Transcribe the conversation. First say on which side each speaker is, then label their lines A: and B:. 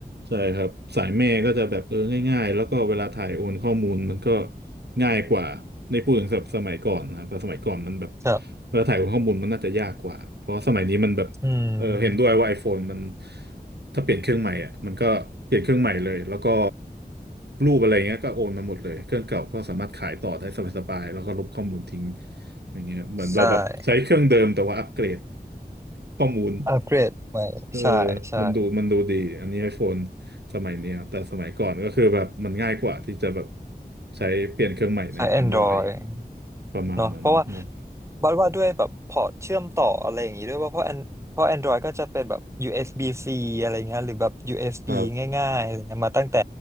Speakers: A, on the right; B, on the right.
A: ใช่ครับสายแม่ก็จะแบบเออง่ายๆแล้วก็เวลาถ่ายโอนข้อมูลมันก็ง่ายกว่าในพูดถึงแบบสมัยก่อนนะเพราะสมัยก่อนมันแบบ
B: ครับ
A: เวลาถ่ายโอนข้อมูลมันน่าจะยากกว่าเพราะสมัยนี้มันแบบเออเห็นด้วยว่า
B: อืม
A: iPhone มันถ้าเปลี่ยนเครื่องใหม่อ่ะมันก็เปลี่ยนเครื่องใหม่เลยแล้วก็รูปอะไรเงี้ยก็โอนมาหมดเลยเครื่องเก่าก็สามารถขายต่อได้สบายๆแล้วก็ลบข้อมูลทิ้งอย่างเงี้ยเหมือนเราแบบใช้เครื่องเดิมแต่ว่าอัปเกรด
B: ใช่
A: ข้อมูล
B: อัปเกรดใหม่ใช่ใช่
A: เออมันดูมันดูดี อันนี้ไอโฟนสมัยเนี้ยแต่สมัยก่อนก็คือแบบมันง่ายกว่าที่จะแบบใช้เปลี่ยนเครื่องใหม่ใน
B: ใช้ Android
A: Android ประมาณนั้นแล้ว
B: เนาะเพราะว่าบัดว่าด้วยแบบพอร์ตเชื่อมต่ออะไรอย่างงี้ด้วยว่าเพราะ An- เพราะ Android ก็จะเป็นแบบ USB-C อสบี -C อะไรเงี้ยหรือแบบ USB
A: ครับ
B: ง่ายๆอะไรเงี้ยมาตั้งแต่